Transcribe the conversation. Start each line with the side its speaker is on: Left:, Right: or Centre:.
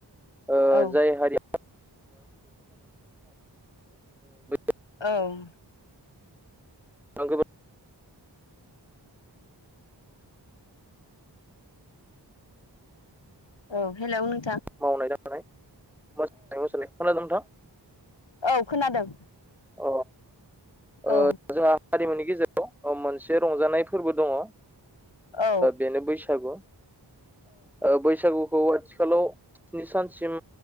Centre: ओ
Left: औ
Centre: जाय हारिया <unintelligible>
Left: ओं
Centre: <unintelligible>
Left: औ हेलौ नों
Centre: मावनाय दांनाय <unintelligible> खोनादों नोंथां?
Left: औ खोनादों।
Centre: अ ओ
Left: औ
Centre: जोंहा हारिनिमुनि गेजेराव ओ मोनसे रंजानाय फोरबो दङओ
Left: औ
Centre: बेनो बैसागु। औ बैसागुखौ आथिखालाव स्नि सानसिम